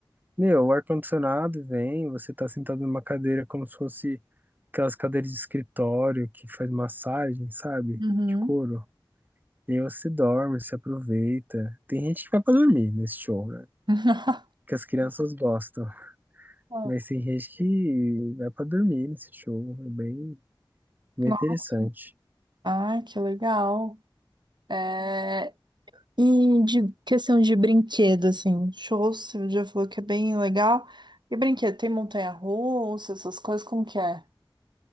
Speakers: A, on the right; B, on the right.
A: Meu, o ar-condicionado vem, você tá sentado numa cadeira como se fosse aquelas cadeiras de escritório que faz massagem, sabe?
B: uhum.
A: De couro. E aí você dorme, se aproveita. Tem gente que vai pra dormir nesse show, né?
B: <laughs>
A: Que as crianças gostam.
B: Ah,
A: Mas tem gente que vai pra dormir nesse show. É bem, bem
B: Nossa,
A: interessante.
B: ah, que legal. É, E de questão de brinquedo, assim, shows, você já falou que é bem legal. E brinquedo, tem montanha-russa, essas coisas, como que é?